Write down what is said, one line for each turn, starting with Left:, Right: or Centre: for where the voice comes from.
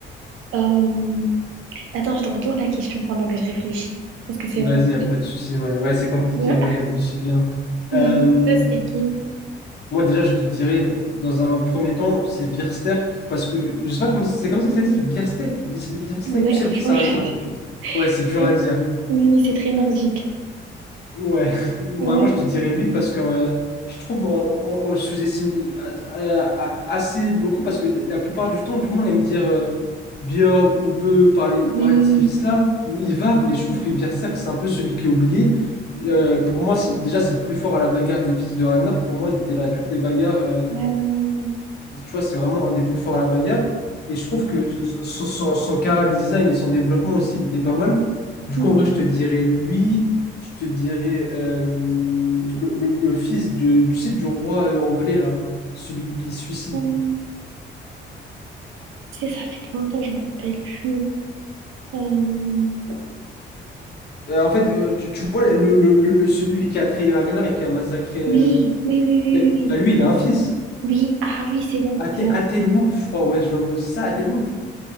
Right: Euh, Attends, je te retourne la question pendant que je réfléchis, parce que c'est
Left: Vas-y,
Right: vraiment.
Left: y a pas de souci. Ouais, ouais, c'est compliqué.
Right: toi.
Left: ouais, réfléchis bien.
Right: Oui,
Left: Euh,
Right: toi, c'est qui?
Left: moi, déjà, je te dirais, dans un premier temps, c'est Biersterk, parce que je sais pas comment c'est comme ça que ça dit. Biersterk, Bis- Biersterk,
Right: Ouais,
Left: tu sais,
Right: franchement,
Left: le fils à
Right: je...
Left: Ragnar. Ouais, c'est
Right: <laughs>
Left: dur à dire.
Right: Oui, oui, c'est très nordique.
Left: Ouais, <laughs> bah
Right: Ouais.
Left: moi je te dirais lui parce que euh, je trouve on, on- on le sous-estime euh, assez beaucoup parce que la plupart du temps tout le monde aime dire euh, Bjorn ou Bö parler, parler
Right: Oui.
Left: de ces fils-là ou Ivar mais je trouve que Berserk c'est un peu celui qui est oublié. Euh, pour moi c'est déjà c'est le plus fort à la bagarre des fils de Ragnar. Pour moi il était là à toutes les bagarres euh,
Right: Ouais, ouais, ouais,
Left: tu vois, c'est vraiment un des plus forts à la bagarre. Et je trouve que son, son, son chara design et son développement aussi, il était pas mal. Du
Right: ouais.
Left: coup, en vrai, je te dirais lui, je te dirais euh, le, le- le fils de, tu sais, du roi euh, anglais, là, celui qui se suicide.
Right: Mhm. Tu sais, ça fait longtemps, je me rappelle plus. Euh,
Left: Euh, en fait, euh, tu, tu vois, le, le, le- le- celui qui a trahi Ragnar et qui a massacré.
Right: Oui,
Left: euh,
Right: oui, oui, oui,
Left: bah,
Right: oui. Oui,
Left: bah, lui, il a un fils.
Right: Oui. ah oui, c'est bon.
Left: Athel-
Right: c'est vrai.
Left: Athelwulf, je crois, ouais, genre c'est ça, Athelwulf.